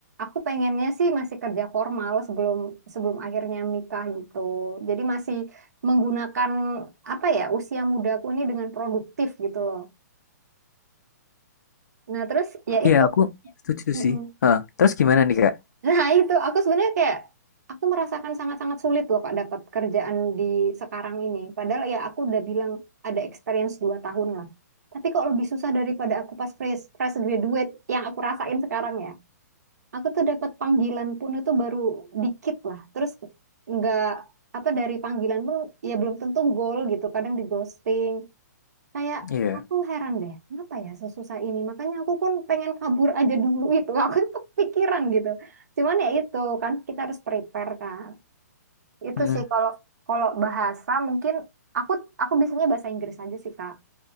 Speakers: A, on the right; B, on the left.
A: Aku pengennya sih masih kerja formal sebelum sebelum akhirnya nikah gitu. Jadi masih menggunakan apa ya usia mudaku ini dengan produktif gitu loh. Nah terus ya itu,
B: Iya aku setuju
A: Mm-mm.
B: sih. Heeh, Terus gimana nih kak?
A: nah itu aku sebenarnya kayak aku merasakan sangat-sangat sulit loh Kak dapat kerjaan di sekarang ini. Padahal ya aku udah bilang ada experience 2 tahun lah. Tapi kok lebih susah daripada aku pas fresh, fresh graduate yang aku rasain sekarang ya. Aku tuh dapat panggilan pun itu baru dikit lah. Terus nggak apa dari panggilan pun ya belum tentu goal gitu. Kadang di ghosting Kayak
B: Iya.
A: aku heran deh, kenapa ya sesusah ini? Makanya aku pun pengen kabur aja dulu itu. <laughs> Aku kepikiran gitu. Cuman ya itu kan kita harus prepare kan. Itu
B: Hmm.
A: sih kalau kalau bahasa mungkin aku aku biasanya bahasa Inggris aja sih Kak.